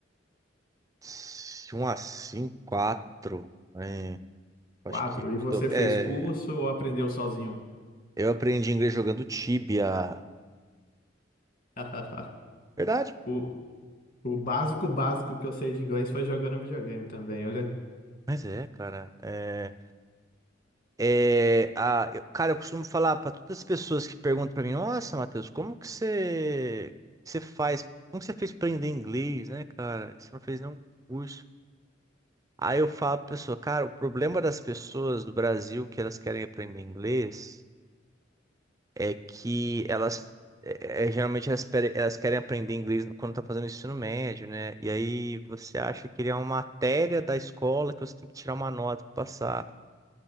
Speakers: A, on the right; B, on the left.
A: Se Um a cinco, quatro. É, acho
B: 4.
A: que
B: E
A: quando
B: você
A: eu,
B: fez
A: é,
B: curso ou aprendeu sozinho?
A: eu aprendi inglês jogando Tibia.
B: <laughs>
A: Verdade.
B: O, o básico, básico que eu sei de inglês foi jogando videogame também, olha.
A: Mas é, cara. é, É, a, eu- cara, eu costumo falar para todas as pessoas que perguntam para mim, nossa, Matheus, como que você, que você faz, como que você fez para aprender inglês, né, cara? Você não fez nenhum curso. Aí eu falo pra pessoa, cara, o problema das pessoas do Brasil que elas querem aprender inglês é que elas, é, é, geralmente elas, pere- elas querem aprender inglês quando tá fazendo ensino médio, né? E aí você acha que ele é uma matéria da escola que você tem que tirar uma nota para passar.